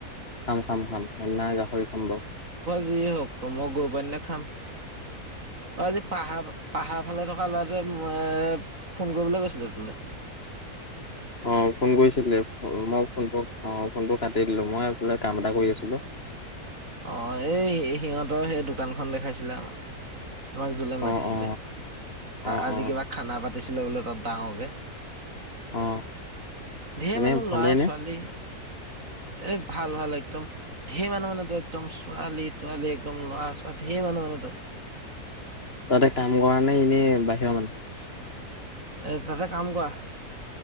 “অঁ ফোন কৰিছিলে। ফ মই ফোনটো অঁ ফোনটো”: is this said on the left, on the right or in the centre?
Left